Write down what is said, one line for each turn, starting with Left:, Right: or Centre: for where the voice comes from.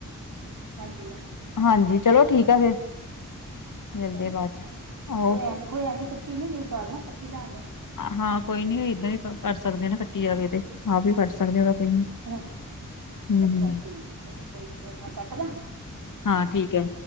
Right: ਹਾਂਜੀ ਹਾਂ।
Left: ਹਾਂਜੀ ਚਲੋ ਠੀਕ ਐ ਫੇਰ, ਮਿਲਦੇ
Right: ਚਲੋ
Left: ਬਾ ਚ ਓਕੇ।
Right: ਹੋਇਆ ਹੋਇਆ ਨੀ ਫੇਰ ਤੀ ਮਿੰਨਤ ਹੋਰ ਨਾ ਕੱਟੀ ਜਾਣ ਦਾ।
Left: ਹਾਂ, ਕੋਈ ਨੀ ਏਦਾਂ ਵੀ ਕੱਟ ਸਕਦੇ ਨਾ ਕੱਟੀ ਜਾਵੇ ਤੇ ਆਪ ਵੀ ਕੱਟ ਸਕਦੇ ਉਹਦਾ ਕੋਈ ਨੀ।
Right: ਅੱਛਾ,
Left: ਹੂੰ ਹੂੰ।
Right: ਠੀਕ ਹੈ, ਫੈਰ <unintelligible> ਕੱਟ ਦਾ।
Left: ਹਾਂ, ਠੀਕ ਹੈ।